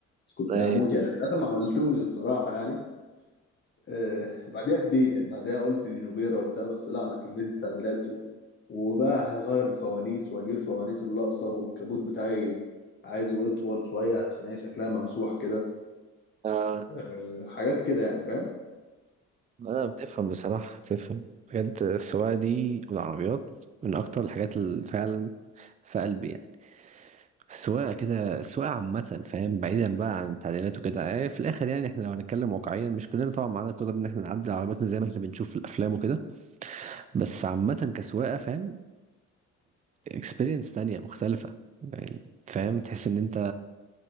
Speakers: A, on the left (about 40°); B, on the right (about 25°).
A: بس كنت
B: ايوه
A: هموت يعني في الاخر ما عملتوش الصراحه يعني آه بعدها هديت يعني بعدها قلت دي نوبيرا وبتاع بس لا انا كميه التعديلات و... وبقى هغير الفوانيس واجيب الفوانيس اللي اقصر والكبوت بتاعي عايزه يطول شويه عشان هي شكلها ممسوح كده
B: امم
A: آه حاجات كده يعني فاهم
B: لا بتفهم بصراحة بتفهم بجد السواقة دي والعربيات من أكتر الحاجات اللي فعلا في قلبي يعني السواقة كده السواقة عامة فاهم بعيدا بقى عن التعديلات وكده آه، في الآخر يعني إحنا لو هنتكلم واقعيا مش كلنا طبعا معانا القدرة إن إحنا نعدل عربياتنا زي ما إحنا بنشوف في الأفلام وكده بس عامة كسواقة فاهم إكسبيرينس تانية مختلفة يعني فاهم تحس إن أنت